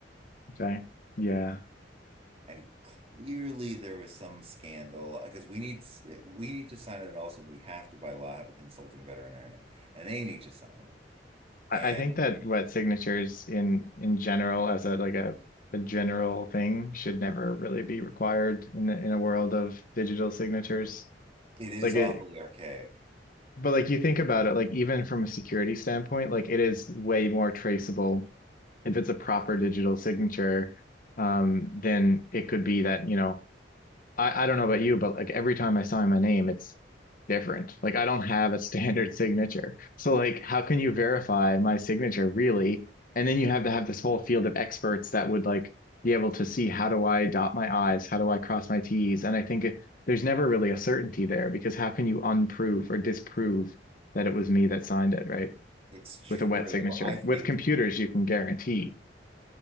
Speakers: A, on the left; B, on the right.
A: okay. Yeah.
B: And clearly there was some scandal because we need we need to sign it and also we have to by law have a consulting veterinarian and they need to sign it.
A: I,
B: And
A: I think that wet signatures in in general as a like a a general thing should never really be required in the, in a world of digital signatures.
B: it is
A: Like it,
B: awfully archaic.
A: but like you think about it, like even from a security standpoint, like it is way more traceable if it's a proper digital signature, um, then it could be that, you know, I, I don't know about you, but like every time I sign my name, it's different. Like I don't have a standard <laughs> signature. So like how can you verify my signature really? And then you have to have this whole field of experts that would like be able to see how do I dot my I's, how do I cross my T's? And I think it, there's never really a certainty there because how can you unprove or disprove that it was me that signed it, right?
B: It's true.
A: With a wet signature.
B: I think
A: With computers, you can guarantee.